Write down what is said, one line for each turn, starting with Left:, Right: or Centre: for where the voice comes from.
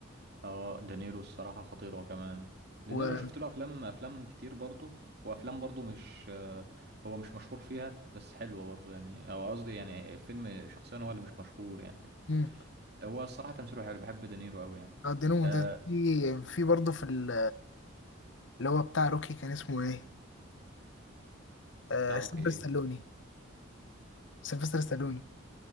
Right: اه دانيرو الصراحه خطير هو كمان دانيرو
Left: و
Right: شفت له افلام افلام كتير برضه وافلام برضه مش آه، هو مش مشهور فيها بس حلوه برضه يعني او قصدي يعني فيلم شخصيا هو اللي مش مشهور يعني
Left: مم.
Right: هو الصراحة تمثيله حلو بحب دينيرو قوي يعني
Left: اه الدين الممتاز
Right: آه
Left: في في برضه في ال- اللي هو بتاع روكي كان اسمه ايه؟ آه
Right: بتاع روكي
Left: سيلفستر
Right: ايه
Left: ستالوني سيلفستر ستالوني